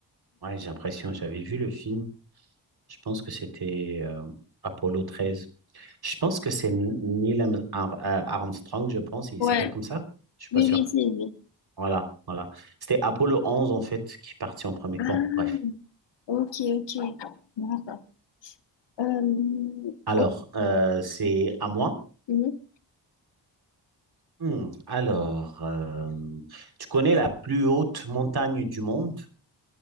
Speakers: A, on the right (about 55°); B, on the left (about 65°).
A: Ouais, j'ai l'impression, j'avais vu le film. Je pense que c'était euh, Apollo treize Je pense que c'est Neil Am- Ar- euh, Armstrong, je pense. Il
B: Ouais.
A: s'appelle comme ça? Je suis pas
B: Oui,
A: sûr.
B: oui, c'est lui.
A: Voilà, voilà. C'était Apollo onze en fait, qui partit en premier.
B: Ah,
A: Bon, bref.
B: ok, ok. D'accord. Euh,
A: Alors,
B: ok.
A: euh, c'est à moi.
B: mhm.
A: Hmm, Alors, euh, tu connais la plus haute montagne du monde?